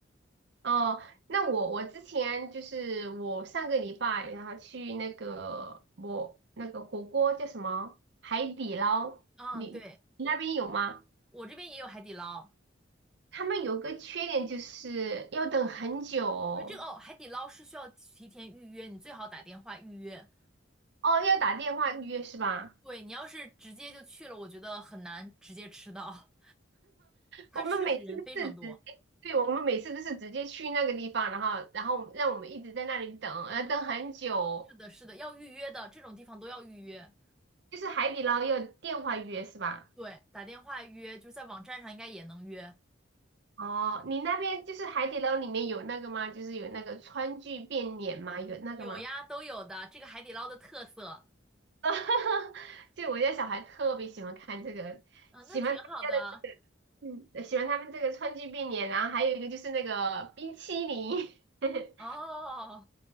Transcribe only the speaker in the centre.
啊。
对，我这边也有海底捞，
对这个哦，海底捞是需要提前预约，你最好打电话预约。
对，你要是直接就去了，我觉得很难直接吃到。它确实人非常多。
是的，是的，要预约的，这种地方都要预约。
对，打电话预约，就是在网站上应该也能约。
有呀，都有的，这个海底捞的特色。
嗯，
那挺好的。
哦，